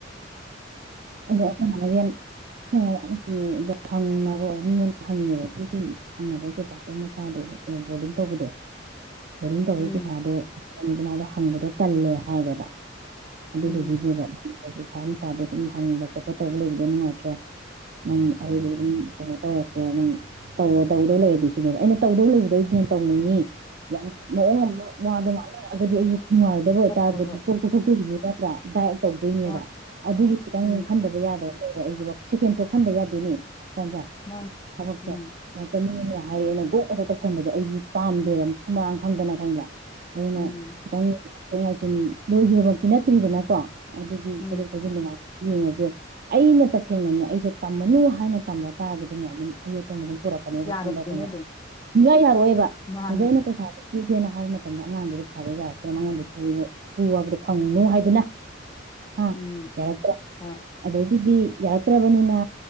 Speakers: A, on the right (about 50°); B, on the left (about 20°).
A: ꯑꯗ ꯑꯈꯣꯢ ꯃꯥꯅ ꯌꯦꯟ <unintelligible> ꯐꯪꯅꯕ ꯃꯤꯉꯣꯟꯗ ꯍꯪꯉꯦꯕ ꯑ ꯑꯩꯈꯣꯏ ꯊꯪꯅꯕ ꯑꯩꯈꯣꯏ ꯄꯥꯛꯄ ꯃꯆꯥꯗꯣ ꯕꯣꯔꯗꯤꯡ ꯇꯧꯕꯗꯣ ꯕꯣꯔꯗꯤꯡ ꯇꯧꯕꯩ
B: ꯎꯝ
A: ꯄꯩꯁꯥꯗꯣ ꯀꯜꯄꯅꯥꯗꯣ ꯍꯪꯕꯗꯣ ꯇꯜꯂꯦ ꯍꯥꯏꯔꯦꯕ ꯑꯗꯨꯗꯨꯒꯤꯅꯦꯕ
B: ꯎꯝ
A: ꯁꯥꯥ ꯅꯨꯡꯁꯥꯗꯣ ꯑꯗꯨꯝ ꯍꯪꯕ ꯈꯣꯠꯄ ꯇꯧꯔ ꯂꯩꯕꯗꯣ ꯅꯨꯡꯉꯥꯏꯇ꯭ꯔꯦ ꯅꯪ ꯑꯩꯗꯨꯗꯤ ꯀꯩꯅꯣ ꯇꯧꯔꯁꯦ ꯅꯪ ꯇꯧꯔꯣ ꯇꯧꯗꯧ ꯂꯩꯔꯗꯤ ꯁꯤꯅꯦꯕ ꯑꯩꯅ ꯇꯧꯗꯧ ꯂꯩꯕꯗꯣ ꯇꯧꯅꯤꯡꯉꯤ ꯌꯥꯝ ꯃꯑꯣꯡ ꯑꯃꯗ ꯋꯥꯗꯣ ꯉꯥꯡꯅꯔꯛꯑꯒꯗꯤ ꯑꯩ ꯅꯨꯡꯉꯥꯏꯔꯣꯢꯗꯕ ꯑꯣꯏꯇꯥꯔꯗꯤ
B: ꯍꯣꯏ ꯍꯣꯏ
A: ꯊꯣꯛ ꯇꯣꯛꯊꯣꯛꯇꯣꯏꯅꯤꯕ ꯄ꯭ꯂꯥꯟ ꯀꯥꯢ ꯇꯧꯗꯣꯏꯅꯦꯕ
B: ꯍꯣꯏ
A: ꯑꯗꯨꯒꯤ ꯈꯤꯇꯪ
B: ꯎꯝ
A: ꯈꯟꯗꯕ ꯌꯥ ꯔ ꯑꯩꯖꯨ ꯁꯦꯀꯦꯟ ꯊꯣꯠ ꯈꯟꯗ ꯌꯥꯗꯦꯅꯦ <unintelligible>
B: ꯃꯥꯅꯤ
A: ꯊꯕꯛꯁꯦ
B: ꯎꯝ
A: <unintelligible> ꯍꯥꯏꯔꯦ ꯑꯩꯅ ꯒꯣꯛ ꯈꯦꯛꯇ ꯇꯧꯁꯟꯕꯗꯣ ꯑꯩꯗꯤ ꯄꯥꯝꯗꯦꯕ ꯃꯐꯝ ꯃꯔꯥꯡ ꯈꯪꯗꯅ ꯈꯪꯕ꯭ꯔꯥ ꯑꯗꯨꯅ
B: ꯎꯝ
A: ꯈꯤꯇꯪ ꯉꯥꯏꯁꯤꯟ ꯂꯣꯏꯒꯤꯕꯃꯛꯇꯤ ꯅꯠꯇ꯭ꯔꯤꯗꯅꯀꯣ ꯑꯗꯨꯒꯤ
B: ꯎꯝ
A: ꯊꯩꯗꯣꯛ ꯊꯩꯖꯤꯟꯗꯨꯉꯥꯢ ꯌꯦꯡꯉꯖꯦ ꯑꯩꯅ ꯇꯁꯦꯡꯅꯅꯦ ꯑꯩꯖꯦ ꯇꯝꯃꯅꯨ ꯍꯥꯏꯅ ꯇꯝꯗ ꯇꯥꯔꯒꯗꯤꯅꯦ ꯑꯗꯨꯝ ꯑꯌꯦꯠꯄ ꯑꯗꯨꯝ ꯄꯨꯔꯛꯀꯅꯦꯕ
B: ꯌꯥꯔꯣꯏꯗꯣꯏꯅꯦ
A: ꯈꯪꯕ꯭ꯔꯥꯗꯨꯅ
B: ꯑꯗꯨꯝ
A: ꯁꯨꯡꯌꯥ ꯌꯥꯔꯛꯑꯣꯢꯕ
B: ꯃꯥꯅꯤ
A: ꯍꯧꯖꯤꯛ ꯑꯩꯅ ꯄꯩꯁꯥꯗꯣ ꯄꯨꯒꯦꯅ ꯍꯥꯏꯕ ꯃꯇꯝꯗ ꯑꯉꯥꯡꯗꯨꯒ ꯄꯩꯁꯥꯗꯣ ꯌꯥꯔꯛꯇ꯭ꯔꯦ ꯃꯉꯣꯟꯗꯩ ꯄꯨ ꯄꯨꯕꯗꯣ ꯐꯪꯉꯨꯅꯨ ꯍꯥꯏꯗꯅ ꯑ
B: ꯎꯝ
A: ꯌꯥꯔꯛꯇ꯭ꯔꯦ
B: ꯍꯣꯏ
A: ꯑꯗꯨꯗꯤ ꯌꯥꯔꯛꯇ꯭ꯔꯕꯅꯤꯅ